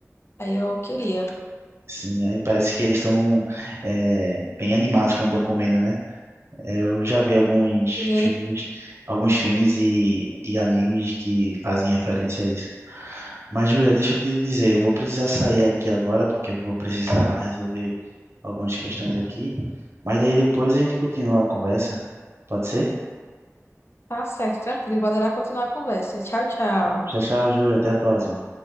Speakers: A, on the left (about 50°); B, on the right (about 55°).
A: Aí eu queria.
B: Sim, aí parece que eles estão é, bem animados quando estão comendo, né? Eu já vi alguns
A: E
B: filmes, alguns filmes e, e animes que fazem referência a isso. Mas, Júlia, deixa eu te dizer, eu vou precisar sair aqui agora, porque eu vou precisar resolver algumas questões aqui. Mas daí depois a gente continua a conversa. Pode ser?
A: tá certo, tranquilo. Vou adorar continuar a conversa. Tchau, tchau.
B: Tchau, tchau, Júlia. Até a próxima.